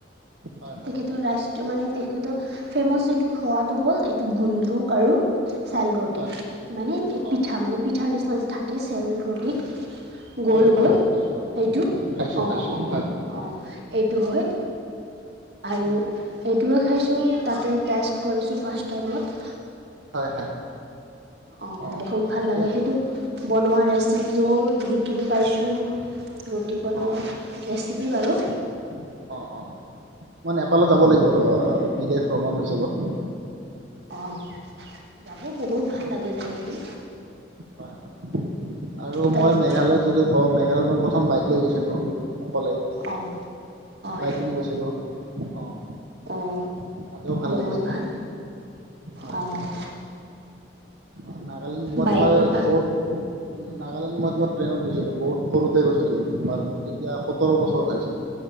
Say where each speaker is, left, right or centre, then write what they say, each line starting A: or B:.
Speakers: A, on the right; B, on the right.
A: হয়, হয়,
B: তেখেতৰ ৰা মানে তেখেতৰ ফেমাচ এইটো খোৱাটো হ'ল এইটো গুন্দ্ৰুক আৰু, চেল ৰুটি
A: হয়, হয়,
B: মানে
A: অ',
B: পিঠা
A: অ',
B: মানে পিঠাৰ নিচিনা যে থাকে চেল ৰুটি।
A: হয়,
B: গো'ল
A: হয়,
B: গো'ল সেইটো
A: খাইছোঁ বাৰু মই, হয়, খাইছোঁ,
B: অঁ
A: খাইছোঁ,
B: অঁ
A: হয়।
B: অঁ এইটো হয়। আৰু
A: উম,
B: এইটোৱে খাইছোঁ তাতে টেষ্ট কৰিছোঁ ফাৰ্ষ্ট টাইমত।
A: হয় হয়।
B: অঁ,
A: অ',
B: বহুত ভাল
A: ঠিকে
B: লাগে
A: আছে
B: সেইটো
A: বাৰু,
B: বনোৱা ৰেচিপিও শিকিব পাইছোঁ। ৰুটি বনোৱা
A: অ',
B: ৰেচিপি বাৰু।
A: অ', অ' অ', মই নেপালত যাব লাগিব ৰবা অলপ বিদেশ ভ্ৰমণ হিচাপত।
B: অ' অ', যাব বহুত ভাল লাগে যাইকিনি।
A: হয় হয়, আৰু
B: তেখেতৰ
A: মই মেঘালয়ত যদি কওঁ মেঘালয়ত মই প্ৰথম বাইক লৈ গৈছিলোঁ। অকলে
B: অঁ হয়
A: লাইফলং গৈছিলো। অঁ,
B: অঁ
A: তাতেও ভাল
B: বহুত
A: লাগিছিলে,
B: ভাল
A: হয়
B: অঁ
A: হয়। অঁ নাগালেণ্ড মই
B: বাইকত
A: তোমাৰ
B: ভাল
A: কত নাগালেণ্ড মই তোমাৰ ট্ৰেইনত গৈছিলো বহুত সৰুতে গৈছি লো কিন্তু তোমাৰ
B: হয়
A: মোৰ তেতিয়া সোতৰ বছৰ হৈ আছিল,